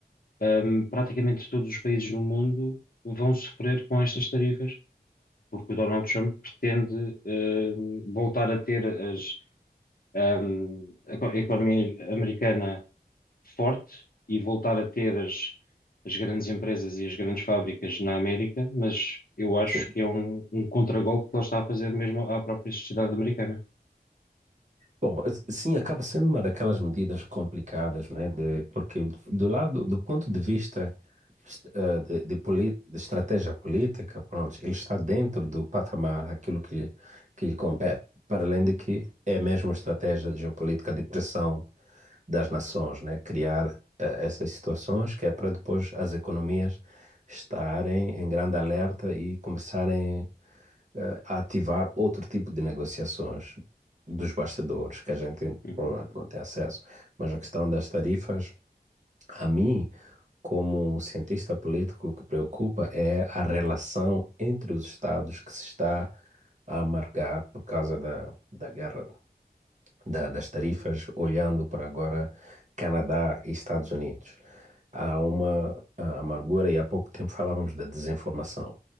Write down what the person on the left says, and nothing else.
ahm, praticamente todos os países no mundo vão sofrer com estas tarifas, porque o Donald Trump pretende ahm, voltar a ter as, ahm, a co- a economia americana forte e voltar a ter as, as grandes empresas e as grandes fábricas na América, mas eu acho
que é um, um contragolpe que ele está a fazer mesmo à própria sociedade americana.
Uhum.